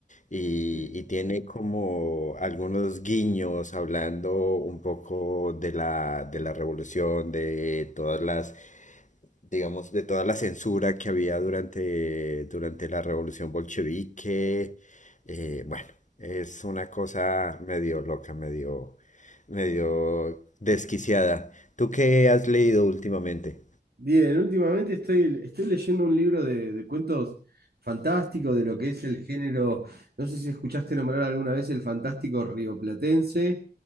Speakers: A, on the left (about 45°); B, on the right (about 65°).
A: y,
B: sí.
A: y tiene como algunos guiños hablando un poco de la, de la revolución, de todas las digamos, de toda la censura que había durante, durante la revolución bolchevique. eh, bueno, es una cosa medio loca, medio, medio desquiciada. ¿Tú qué has leído últimamente?
B: Bien, últimamente estoy, estoy leyendo un libro de, de cuentos fantásticos de lo que es el género. No sé si escuchaste nombrar alguna vez el fantástico rioplatense.